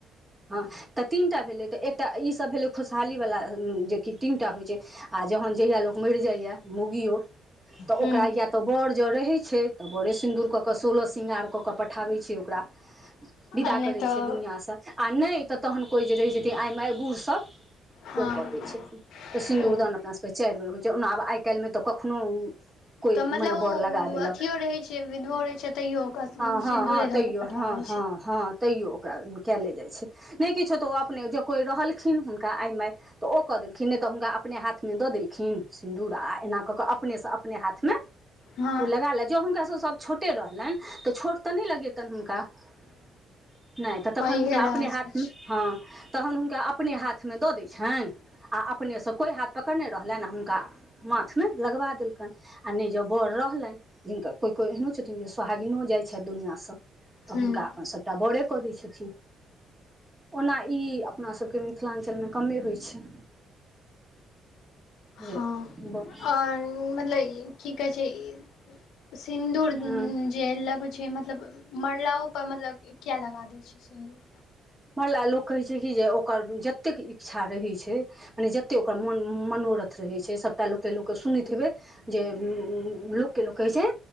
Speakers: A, on the right (about 20°); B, on the left (about 80°).
A: हँ तऽ तीनटा भेलै तऽ एक ईसभ भेलै खुशहाली वला जेकि तीन टा होइत छैक आ जहन जहिया लोक मरि जाइए मोउगियो तऽ
B: हूँ
A: ओकरा या तऽ बड़ ज रहैत छै तऽ बरे सिन्दूर कऽ कऽ सोलह स्रृंगार कऽ कऽ पठाबैत छै ओकरा
B: <inaudible>
A: विदा
B: नहि
A: करैत
B: तऽ
A: छै दुनिआँ स आ नहि तऽ तहन कोइ जे रहैत आइ माय बूढ़सभ
B: हँ
A: ओ कऽ दै छथिन तऽ सिन्दूरदान
B: ओ
A: अपना सभकेँ चाइर बेर होइत छैक ओना आब आइ काल्हिमे तऽ कखनो कोइ
B: तऽ मतलब
A: मने बर
B: ओ
A: लगा देलक
B: अथियो रहैत छै विधवो रहैत छै तैयो ओकरा
A: हँ हँ
B: सिन्दूरे
A: हँ तैयो
B: दऽ केँ पठा
A: हँ
B: छै
A: हँ हँ तैयो ओकरा कयले जाइत छैक नहि किछो तऽ ओ अपने जे कोई रहलखिन हुनका आइ माय तऽ ओ कऽ देलखिन नहि तऽ हुनका अपने हाथमे दऽ देलखिन सिन्दूर आ एना कऽ कऽ अपनेसँ अपने हाथ मे
B: हँ
A: ओ लगा ले जँ हुनकासँ सभ छोटे रहलनि तऽ छोट तऽ नहि लगेतनि हुनका नहि तऽ तखन
B: पैघे
A: हुनका
B: लगा
A: अपने हाथमे
B: सकै छी
A: हँ तहन हुनका अपने हाथ हाथमे दऽ दैत छनि आ अपनेसँ कोई हाथ पकड़ने रहलनि आ हुनका माथमे लगबा देलकनि आ नहि जँ बड़ रहलनि जिनका कोइ कोइ एहनो छथिन जे सोहागिनो जाइत छथि दुनिआसँ तऽ
B: हूँ
A: हुनका अपन सभटा बरे कऽ दैत छथिन ओना ई अपना सभकेँ मिथिलाञ्चलमे कमे होइत छैक
B: हँ
A: जे बस
B: आओर मतलब की कहैत छै सिन्दूर
A: हँ
B: जे लग छै मतलब मरलाहोपर मतलब किए लगा दैत छै सिन्दूर
A: ला लोग कहैत छै की जे ओकर जतेक इच्छा रहैत छै मने जते ओकर मन मनोरथ रहैत छै सबटा लोककेँ लोक सुनैत हेबय जे केँ लोक होे छै